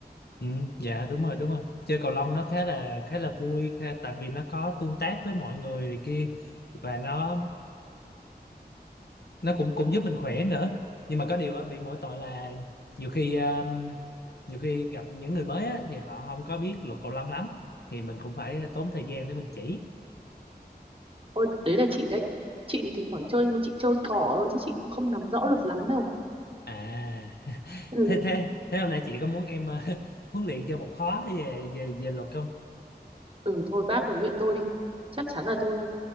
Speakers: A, on the left; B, on the right.
A: Ừ, dạ đúng rồi, đúng rồi. Chơi cầu lông nó khá là khá là vui khá, tại vì nó có tương tác với mọi người này kia và nó nó cũng cũng giúp mình khỏe nữa nhưng mà có điều á bị mỗi tội là nhiều khi um, nhiều khi gặp những người mới á, thì họ không có biết luật cầu lông lắm thì mình cũng phải tốn thời gian để mình chỉ
B: Ôi đấy là chị đấy chị thì thỉnh thoảng chơi nhưng mà chị chơi cỏ thôi chứ chị cũng không nắm rõ luật lắm đâu
A: à
B: ừ
A: thế thế thế hôm nay chị có muốn em uh, <laughs> huấn luyện cho một khóa về về về luật không
B: ừ thôi bác huấn luyện tôi đi chắc chắn là tôi